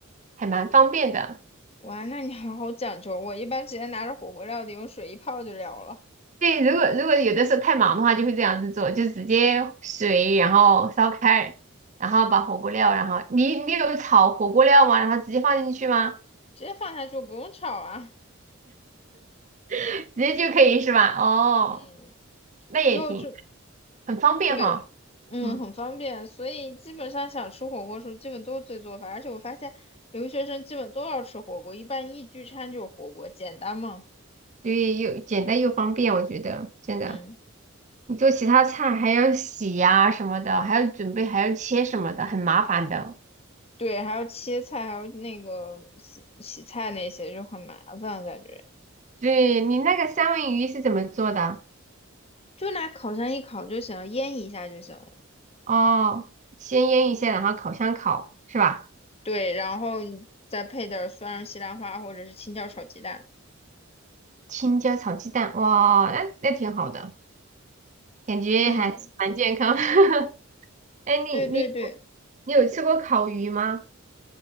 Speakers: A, on the right; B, on the left.
A: 还蛮方便的。
B: 哇，那你好好讲究。我一般直接拿着火锅料底用水一泡就了了，
A: 对，如果如果有的时候太忙的话，就会这样子做，就直接水然后烧开，然后把火锅料，然后你你有炒火锅料吗？然后直接放进去吗？
B: 直接放下去不用炒啊。
A: <laughs> 直接就可以是吧？哦，
B: 嗯，
A: 那也挺
B: 最后就
A: 很方便哈。
B: 对，嗯，
A: 嗯。
B: 很方便。所以基本上想吃火锅的时候，基本都是自己做饭。而且我发现留学生基本都要吃火锅，一般一聚餐就是火锅，简单嘛。
A: 对，又简单又方便，我觉得真的。
B: 嗯，
A: 你做其他菜还要洗呀、什么的，还要准备，还要切什么的，很麻烦的。
B: 对，还要切菜，还有那个洗洗菜那些就很麻烦，感觉
A: 对，你那个三文鱼是怎么做的？
B: 就拿烤箱一烤就行了，腌一下就行了。
A: 哦，先腌一下，然后烤箱烤，是吧？
B: 对，然后你再配点儿蒜蓉西兰花或者是青椒炒鸡蛋。
A: 青椒炒鸡蛋，哇，那那挺好的，感觉还蛮健康。
B: 嗯，
A: <laughs> 哎，你你
B: 对对对，
A: 你有吃过烤鱼吗？